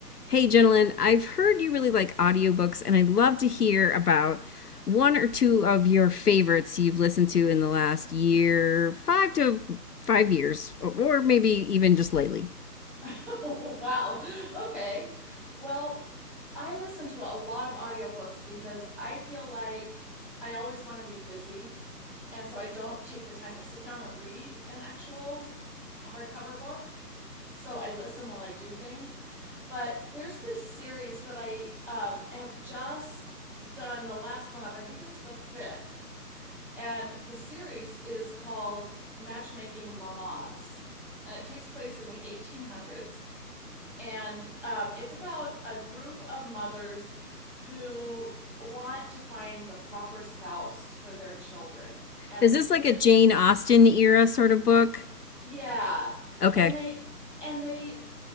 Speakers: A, on the left; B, in the centre.
A: Hey, Jenilyn, I've heard you really like audiobooks, and I'd love to hear about one or two of your favorites you've listened to in the last year, five to five years, or, maybe even just lately.
B: <laughs> wow. Okay. Well, I listen to a lot of audiobooks because I feel like I always want to be busy. And so I don't take the time to sit down and read an actual hardcover book. So I listen while I do things. But there's this series that I um, have just done the last one of, I think it was the fifth. And the series is called Matchmaking Mamas. And it takes place in the 1800s and um, it's about a group of mothers who want to find the proper spouse for their children and
A: Is
B: the kids
A: this like a Jane Austen era sort of book?
B: yeah
A: Okay.
B: and they and they